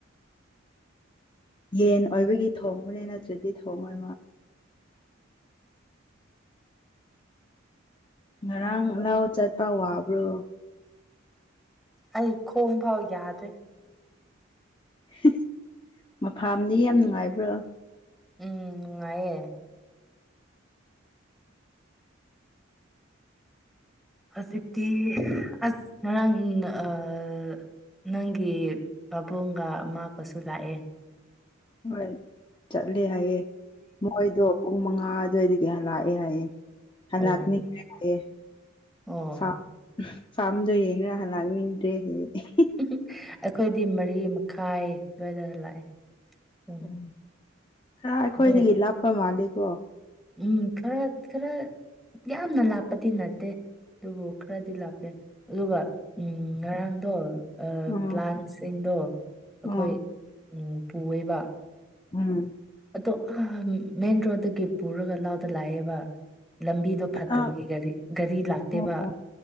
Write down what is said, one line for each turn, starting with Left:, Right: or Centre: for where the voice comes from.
Left: ꯌꯦꯟ ꯑꯣꯏꯕꯒꯤ ꯊꯣꯡꯕꯅꯦ ꯅꯠꯇ꯭ꯔꯗꯤ ꯊꯣꯡꯉꯣꯏ ꯃꯥ ꯉꯔꯥꯡ ꯂꯧ ꯆꯠꯄ ꯋꯥꯕ꯭ꯔꯣ
Centre: ꯑꯩ ꯈꯣꯡ ꯐꯥꯎ ꯌꯥꯗ꯭ꯔꯦ
Left: <unintelligible> ꯃꯐꯥꯝꯗꯤ ꯌꯥꯝ ꯅꯨꯡꯉꯥꯏꯕ꯭ꯔꯣ
Centre: ꯎꯝ ꯅꯨꯡꯉꯥꯏꯌꯦ ꯍꯧꯖꯤꯛꯇꯤ ꯑꯁ ꯉꯔꯥꯡ ꯅꯑꯥ ꯅꯪꯒꯤ ꯄꯥꯕꯨꯡꯒ ꯑꯃꯥꯒꯁꯨ ꯂꯥꯛꯑꯦ
Left: ꯍꯣꯏ ꯆꯠꯂꯦ ꯍꯥꯏꯌꯦ ꯃꯣꯏꯗꯣ ꯄꯨꯡ ꯃꯉꯥ ꯑꯗꯨꯋꯥꯏꯗꯒꯤ ꯍꯜꯂꯛꯑꯦ ꯍꯥꯏꯌꯦ ꯍꯜꯂꯛꯅꯤ
Centre: ꯑꯣ
Left: <unintelligible> ꯍꯥꯏꯌꯦ
Centre: ꯑꯣ
Left: ꯐꯥꯝ ꯐꯥꯔꯝꯗꯒꯤ ꯌꯦꯡꯔ ꯍꯜꯂꯛꯅꯤꯡꯗ꯭ꯔꯦ ꯍꯥꯏꯌꯦ ꯏꯍꯤ
Centre: <unintelligible> ꯑꯩꯈꯣꯏꯗꯤ ꯃꯔꯤ ꯃꯈꯥꯏ ꯑꯗꯨꯋꯥꯏꯗ ꯂꯥꯛꯑꯦ ꯄꯨꯡ
Left: ꯎꯝ ꯈꯔ ꯑꯩꯈꯣꯏꯗꯒꯤ
Centre: ꯑꯗꯣ
Left: ꯂꯥꯞꯄ ꯃꯥꯜꯂꯦꯀꯣ
Centre: ꯎꯝ ꯈꯔ ꯈꯔ ꯌꯥꯝꯅ ꯂꯥꯞꯄꯗꯤ ꯅꯠꯇꯦ ꯑꯗꯨꯕꯨ ꯈꯔꯗꯤ ꯂꯥꯞꯄꯦ ꯑꯗꯨꯒ ꯎꯝ ꯉꯔꯥꯡꯗꯣ ꯑꯥ
Left: ꯎꯝ
Centre: ꯄ꯭ꯂꯥꯟꯁꯤꯡꯗꯣ ꯑꯈꯣꯏ
Left: ꯎꯝ
Centre: ꯎꯝ ꯄꯨꯋꯦꯕ
Left: ꯎꯝ
Centre: ꯑꯗꯣ ꯑꯍꯥꯍꯥꯟ ꯃꯦꯟ ꯔꯣꯗꯒꯤ ꯄꯨꯔꯒ ꯂꯧꯗ ꯂꯥꯛꯑꯦꯕ ꯂꯝꯕꯤꯗꯣ ꯐꯠꯇꯕꯒꯤ
Left: ꯑꯣ
Centre: ꯒꯥꯔꯤ ꯒꯥꯔꯤ ꯂꯥꯛꯇꯦꯕ
Left: ꯑꯣ ꯑꯣ